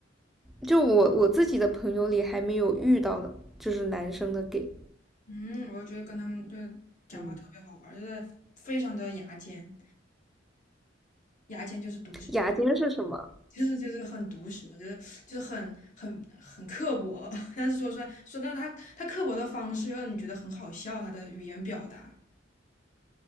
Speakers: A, in the centre; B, on the left.
A: 就我我自己的朋友里还没有遇到的，就是男生的 gay。
B: 嗯，我就觉得跟他们就讲话特别好玩儿就是非常的牙尖，
A: 嗯，
B: 牙尖就是毒舌。
A: 雅间是什么？
B: 就是就是很毒舌，就是就是很很很刻薄，<laughs> 但是说出来说到他他刻薄的方式，又让你觉得很好笑，他的语言表达。